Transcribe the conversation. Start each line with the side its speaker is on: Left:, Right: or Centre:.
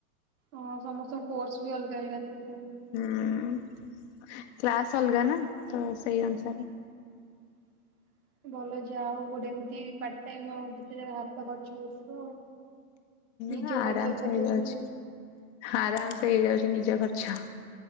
Right: ହଁ, ସମସ୍ତଙ୍କ କୋର୍ସ ବି ଅଲଗା ଅଲଗା ଥିବ <unintelligible>
Left: ହୁଁ-ଉ-ଉ, କ୍ଲାସ ଅଲଗା ନା, ତ ସେଇ ଅନୁସାରେ।
Right: <inaudible> ଭଲ, ଯାହା ହଉ, ଗୋଟେ ଏମିତି ପାର୍ଟ-ଟାଇମ୍, ଆଉ ଦୁତିଜା ହାତ ଖର୍ଚ୍ଚ ଉଠିବ ଆଉ। ନିଜ
Left: ହୁଁ ଆରାମସେ
Right: ଖର୍ଚ୍ଚ ତ
Left: ହେଇଯାଉଛି।
Right: ଉଠିବ।
Left: ଆରାମସେ ହେଇଯାଉଛି ନିଜ ଖର୍ଚ୍ଚ।